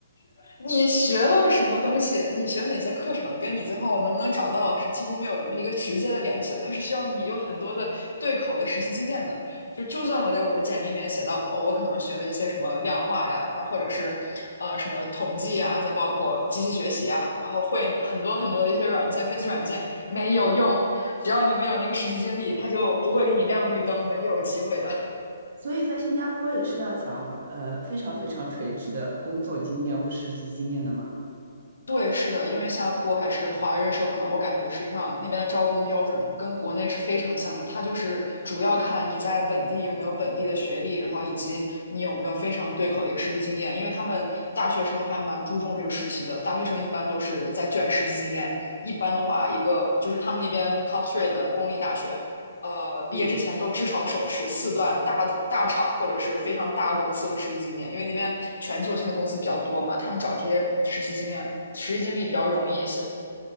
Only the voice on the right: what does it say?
所以在新加坡也是要讲呃非常非常垂直的工作经验或实习经验的吗？
嗯，